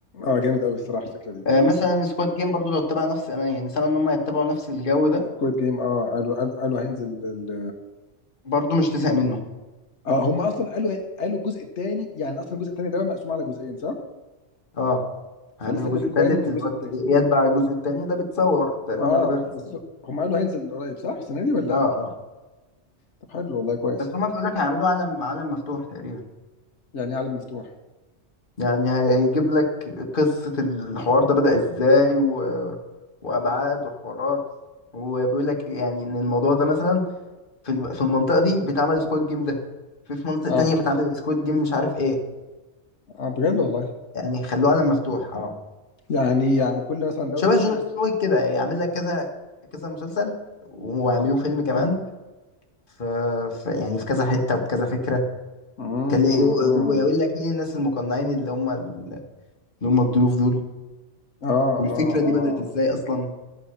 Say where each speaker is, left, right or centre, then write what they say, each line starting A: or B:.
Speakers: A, on the left (about 75°); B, on the left (about 45°).
A: اه جامد قوي الصراحه الفكره دي
B: آه مثلا سكواد جيم برضو لو اتبع نفس انا يعني سامع ان هم يتبعوا نفس الجو ده
A: كويت جيم اه قالوا قالوا قالوا هينزل ال...
B: برضو مش تزهق منه
A: اه هم اصلا قالوا قالوا الجزء الثاني يعني اصلا الجزء الثاني ده مقسوم على جزئين صح؟
B: اه
A: فلسه
B: هيعملوا
A: الجزء
B: جزء
A: الثاني
B: تالت
A: من
B: اللي
A: الجزء
B: هو
A: الثاني
B: يتبع الجزء التاني ده بتصور تقريبا
A: اه
B: قرب يخلص
A: بس هم قالوا هينزل قريب صح السنه دي ولا
B: اه اه
A: طب حلو والله كويس
B: بس هما بيقول لك هيعملوا عالم عالم مفتوح تقريبا
A: يعني عالم مفتوح
B: يعني هيجيب لك قصة الحوار ده بدأ ازاي و... وأبعاد وحوارات وبيقول لك يعني ان الموضوع ده مثلا في الم- في المنطقة دي بيتعمل سكواد جيم ده في في مناطق
A: اه
B: تانية بتعمل سكواد جيم مش عارف ايه
A: اه بجد والله
B: يعني خلوه عالم مفتوح اه
A: يعني يعني كل مثلا دوله
B: شبه
A: تنتج
B: جون ويك كده يعمل لك كذا كذا مسلسل ويعملوه
A: اه
B: فيلم كمان في, في يعني في كذا حتة وبكذا فكرة
A: امم
B: تلاقي
A: امم
B: ويقول لك مين الناس المقنعين اللي هم اللي هم الضيوف دول
A: اه
B: والفكرة
A: اه
B: دي
A: اه
B: بدأت ازاي اصلا